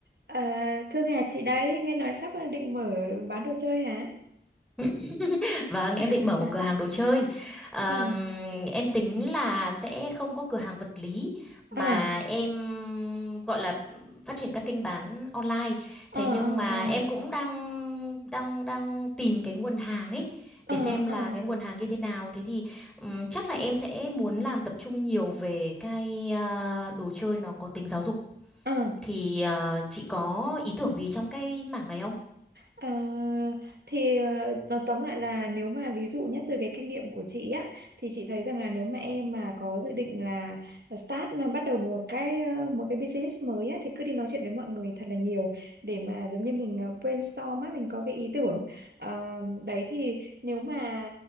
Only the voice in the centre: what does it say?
<laughs> Vâng, em
định mở một cửa hàng đồ chơi. Ờm,
em tính là sẽ không có cửa hàng vật lý mà
em gọi là phát triển các kênh bán online.
Thế nhưng
mà
em cũng đang đang đang tìm cái nguồn hàng ấy
để xem là
cái nguồn hàng như thế nào. Thế thì ừm, chắc là em sẽ muốn làm tập trung nhiều về cái ờ, đồ chơi nó có tính giáo dục.
Thì ờ, chị có ý tưởng gì trong cái mảng này không?